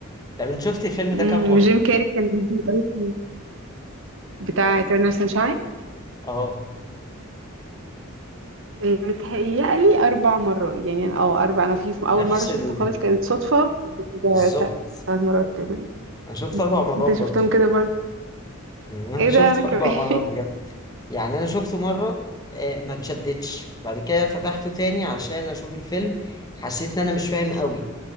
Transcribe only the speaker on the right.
امم
وجيم كاري كان جميل أوي في- بتاع Eternal Sunshine
متهيألي أربع مرات يعني أنا- أو أربع أنا في في
أول مرة شفته
خالص كانت صدفة ده-
ده- تلات مرات كمان
أمم.
أنت شفتهم
كده
ايه
ده انا كمان
<laughs>